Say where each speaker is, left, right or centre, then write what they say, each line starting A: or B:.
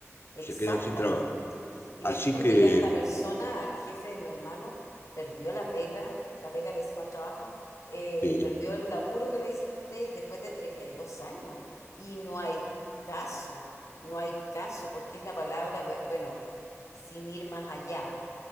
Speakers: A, on the left; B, on the left.
A: Exactamente.
B: se quedan sin trabajo.
A: Imagínate
B: Así que,
A: que a esta persona, al jefe de mi hermano, perdió la pega, la pega le decimos al trabajo, eh,
B: sí,
A: perdió el laburo que le dicen ustedes después de 32 años. Y no hay caso, no hay caso, porque es la palabra, bu- bueno, sin ir más allá,